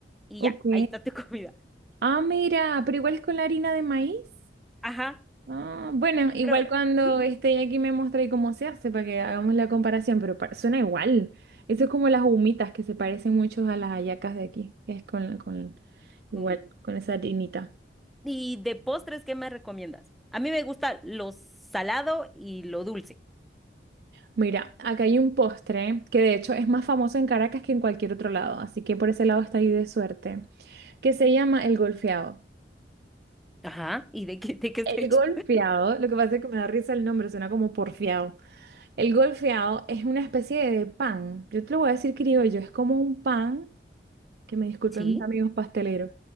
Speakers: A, in the centre; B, on the right (about 60°).
A: y
B: ok.
A: ya, ahí está tu <laughs> comida.
B: Ah, mira, pero igual es con la harina de maíz.
A: Ajá,
B: Ah, bueno, igual
A: pero
B: cuando
A: ujú,
B: esté aquí me mostré cómo se hace para que hagamos la comparación, pero pa- suena igual. Eso es como las humitas que se parecen mucho a las hallacas de aquí, que es con, con
A: con-
B: igual, con esa harinita.
A: ¿Y de postres qué me recomiendas? A mí me gusta lo salado y lo dulce.
B: Mira, acá hay un postre que de hecho es más famoso en Caracas que en cualquier otro lado, así que por ese lado está ahí de suerte, que se llama el golfeado.
A: Ajá, ¿y de qué, de qué está
B: El
A: hecho?
B: golfeado, lo que pasa es que me da risa el nombre, suena como porfiado. El golfeado es una especie de pan. Yo te lo voy a decir criollo, es como un pan Que me disculpen
A: Sí.
B: mis amigos pasteleros.